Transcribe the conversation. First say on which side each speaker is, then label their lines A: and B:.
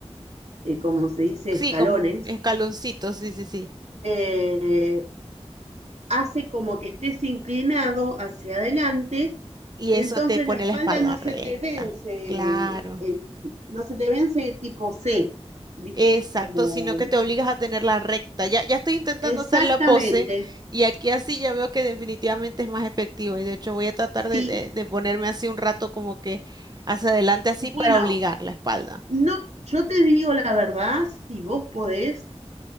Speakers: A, on the right; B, on the right.
A: eh, como se dice,
B: Sí,
A: escalones,
B: como escaloncitos, sí, sí, sí.
A: eh, hace como que estés inclinado hacia adelante,
B: Y
A: entonces
B: eso te pone
A: la espalda
B: la espalda
A: no se
B: recta.
A: te vence,
B: Claro.
A: el, no se te vence tipo C, ¿viste?
B: Exacto,
A: Como
B: sino que te obligas a tenerla recta. Ya, ya estoy intentando
A: exactamente,
B: hacer la pose y aquí así ya veo que definitivamente es más efectivo. Y de hecho voy a tratar de,
A: sí,
B: de- de ponerme así un rato como que hacia adelante así
A: bueno,
B: para obligar la espalda.
A: no, yo te digo la verdad, si vos podés,